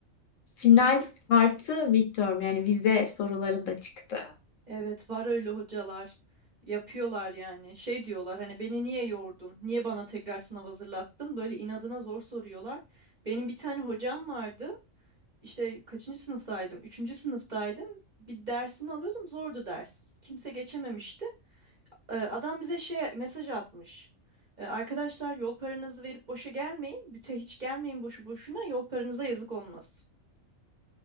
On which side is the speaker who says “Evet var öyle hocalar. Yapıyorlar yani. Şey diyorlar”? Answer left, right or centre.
Right